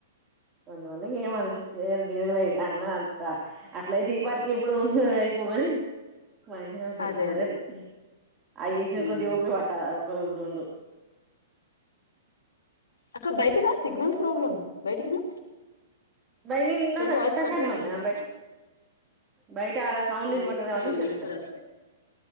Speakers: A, on the right; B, on the left.
A: అందువల్ల ఇగ ఏం అనేటట్లే <unintelligible> అన్న అం త అట్ల అయితే ఈపాటికి ఎప్పుడో ఐపోగాని మంచిగా ఉంటడు
B: అదే
A: అదేలే
B: అదే
A: ఆ విషయంకి
B: ఉమ్
A: కొద్దిగ ఓపిక పట్టాలా <unintelligible>
B: అక్క బైకి రా సిగ్నల్ ప్రాబ్లమ్ బయటికి రా
A: బయ్ నిన్నదా
B: సెల్ వాయిస్
A: కొట్టం
B: కట్
A: కాడనే
B: అవుతుంది
A: ఉన్నా
B: బయటికి రా
A: బయట ఆడ సౌండ్ వినపడుతుదేమో
B: ఏందో కొంచెం
A: అని ఇటొచ్చా
B: వినపడట్లే